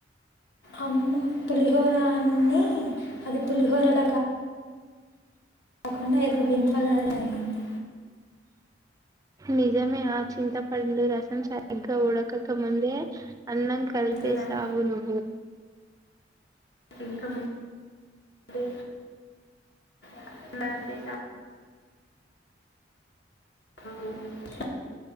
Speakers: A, on the left (about 60°); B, on the right (about 20°).
A: అవును పులిహోర అన్ని అది పులిహోరల కాకుండా ఏదో వింత లాగ అయ్యింది
B: నిజమే ఆ చింత పండు రసం సరిగ్గ ఉడకక ముందే అన్నం కలిపేసావు
A: ఆశ్చర్యం
B: నువ్వు
A: ఇంకా ముంద్... వే <inaudible> <unintelligible>